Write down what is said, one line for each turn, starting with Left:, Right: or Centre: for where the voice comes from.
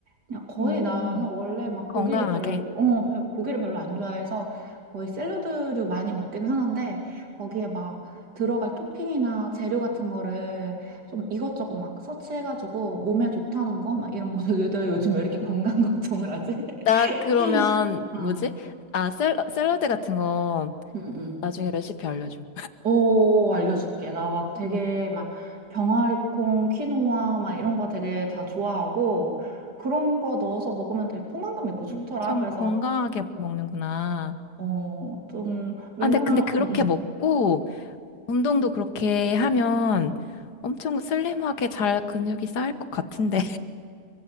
Right: 그냥 거의
Left: 음,
Right: 나는 원래 막 고기를
Left: 건강하게.
Right: 별, 어, 별- 고기를 별로 안 좋아해서 거의 샐러드류 많이 먹긴 하는데 거기에 막 들어갈 토핑이나 재료 같은 거를 좀 이것저것 막 서치해가지고 몸에 좋다는 거 막 이런 거도 <laughs> 너 요즘 왜 이렇게 건강
Left: 음.
Right: 걱정을 하지?
Left: 나 그러면
Right: <laughs> 응,
Left: 뭐지? 아, 샐, 샐러드 같은 거
Right: 응, 응.
Left: 나중에 레시피 알려줘.
Right: 오, 알려줄게. 나 막 되게
Left: 음.
Right: 막 병아리콩, 키노아 막 이런 거 되게 다 좋아하고 그런 거 넣어서 먹으면 되게 포만감 있고 좋더라.
Left: 엄청
Right: 그래서
Left: 건강하게 먹는구나.
Right: 어, 좀, 왜냐면,
Left: 아, 근데, 근데 그렇게
Right: 응응응응
Left: 먹고 운동도 그렇게 하면 엄청 슬림하게 잘 근육이 쌓일 것 같은데.